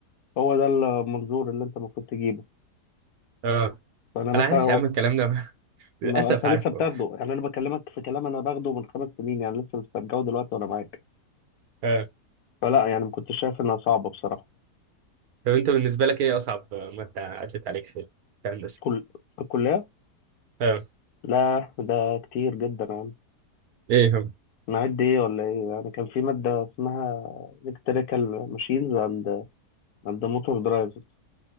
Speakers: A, on the left; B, on the right.
A: هو ده المنظور اللي انت المفروض تجيبه
B: اه
A: فانا مثلا
B: انا عارف يا عم الكلام ده <laughs> للاسف
A: ما انت لسه
B: عارفه
A: بتاخده يعني انا بكلمك في كلام انا باخده من خمس سنين يعني لسه مسترجعه دلوقتي وانا معاك
B: اه
A: فلا يعني ما كنتش شايف انها صعبه بصراحه
B: طب انت بالنسبه لك ايه اصعب ماده عدت عليك في في هندسه
A: كل في الكليه
B: اه
A: لا ده كتير جدا يا عم
B: ايه هم
A: معد ايه ولا ايه يعني كان في ماده اسمها الكتريكال ماشينز اند اند موتور درايفز